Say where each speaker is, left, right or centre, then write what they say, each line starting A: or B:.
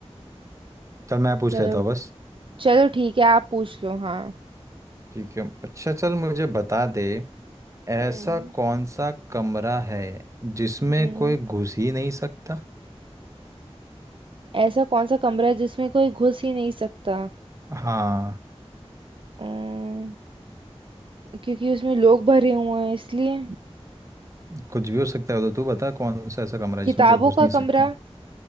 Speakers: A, on the right; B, on the right.
A: चल मैं पूछ
B: चलो
A: लेता हूँ बस
B: चलो ठीक है आप पूछ लो हाँ
A: ठीक है अच्छा चल मुझे बता दे ऐसा
B: हम्म
A: कौन सा कमरा है जिसमें
B: हम्म
A: कोई घुस ही नहीं सकता
B: ऐसा कौन सा कमरा है जिसमें कोई घुस ही नहीं सकता
A: हाँ
B: अम्म, क्योंकि उसमें लोग भरे हुए हैं इसलिए
A: कुछ भी हो सकता है तो तू बता कौन सा ऐसा कमरा है
B: किताबों
A: जिसमें कोई घुस
B: का
A: नहीं सकता
B: कमरा